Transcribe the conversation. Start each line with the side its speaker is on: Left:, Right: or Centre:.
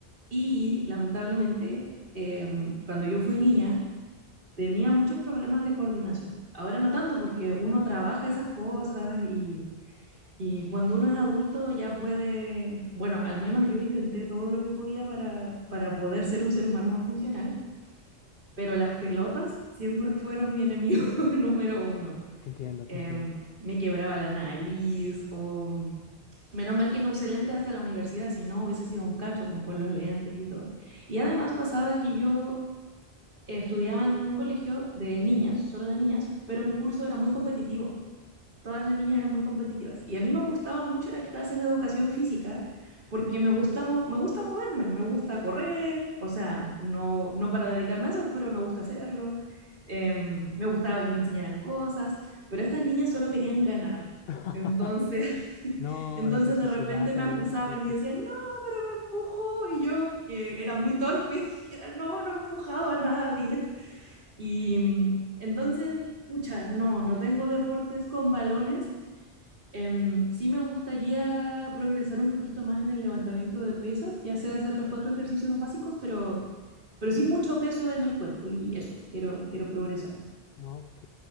Right: Y lamentablemente, em, cuando yo fui niña, tenía muchos problemas de coordinación. Ahora no tanto porque uno trabaja esas cosas y, y cuando uno es adulto ya puede, bueno, al menos yo intenté todo lo que podía para, para poder ser un ser humano más funcional, pero las pelotas siempre fueron mi enemigo <laughs> número uno.
Left: Te entiendo, te
Right: Eh,
Left: entiendo.
Right: me quebraba la nariz o... Menos mal que no usé lentes hasta la universidad, si no hubiese sido un cacho como con los lentes y todo. Y además pasaba que yo estudiaba en un colegio de niñas, solo de niñas, pero mi curso era muy competitivo todas las niñas eran muy competitivas. Y a mí me gustaba mucho ir a clases de educación física porque me gusta, me gusta moverme, me gusta correr, o sea, no, no para dedicarme a eso, pero me gusta hacerlo. Em, me gustaba que me enseñaran cosas, pero estas niñas solo querían ganar.
Left: <laughs>
Right: Entonces,
Left: No,
Right: <laughs> entonces
Left: la toxicidad
Right: de repente me
Left: ahí
Right: acusaban
Left: a tope.
Right: y decían, no, pero me empujó. Y yo, que era muy torpe, <laughs> era, no, no he empujado a nadie. Y mm, entonces, pucha, no, no tengo deportes con balones. Em, sí me gustaría progresar un poquito más en el levantamiento de pesas. Ya sé hacer los cuatro ejercicios básicos, pero, pero sí mucho peso en el cuerpo y eso, quiero, quiero progresar.
Left: No, Ok,